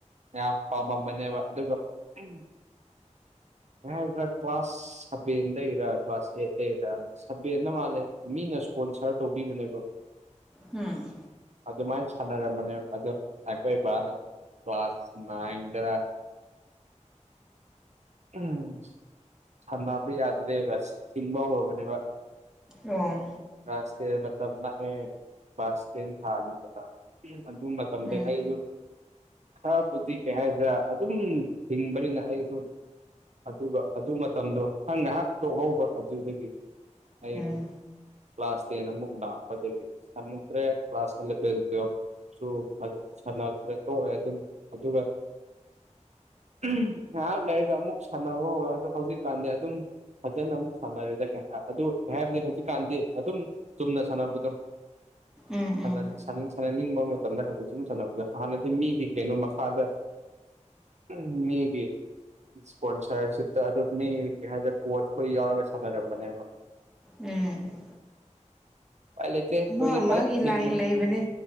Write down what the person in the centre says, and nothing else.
ꯎꯝ
ꯑꯣ
ꯎꯝ
ꯎꯝ
ꯎꯝ
ꯎꯝ
ꯎꯝ
ꯃꯥ
ꯃꯥꯒꯤ
ꯂꯥꯏꯟ ꯂꯩꯕꯅꯦ